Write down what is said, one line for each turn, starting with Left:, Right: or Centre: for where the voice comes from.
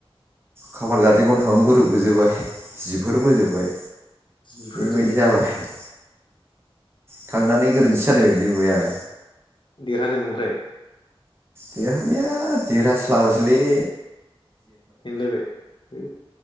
Right: खाफाल गारजि गन्थ'आनो गुरोबबोजोबबाय जि बेफोरबो जोब्बाय
Left: जिफोरजोब्बाय
Right: बेबायदि जाबाय
Left: नामा
Right: थांनानै गोरोन्थि जानाय बायदि मोनबाय आं।
Left: देरहादों ओमफ्राय
Right: देरहानाया देरहास्लाबोसैलै।
Left: जेनलायबाय ओ